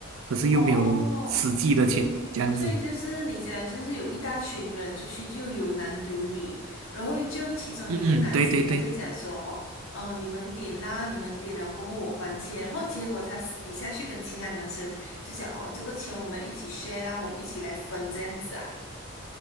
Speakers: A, on the right; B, on the left.
A: 可是又没有实际的钱这样子。
B: <laughs>，哦，所以就是你讲，就是有一大群人出去，就有男有女，然后就其中有一个男生，
A: 嗯，对对对，
B: 他就讲说，哦，呃，你们点啦，你们点了过后我还钱，然后结果他私底下去跟其他男生就讲，哦，这个钱我们一起 share 啦，我们一起来分这样子啊。